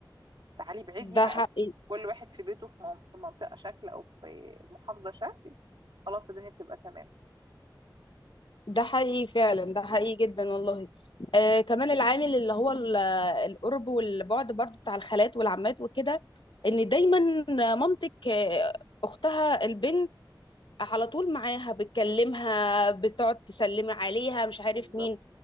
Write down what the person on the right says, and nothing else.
تعالي بعيدي
بقى
كل واحد في بيته في من- في منطقة شكل أو في محافظة شكل خلاص الدنيا بتبقى تمام
بالظبط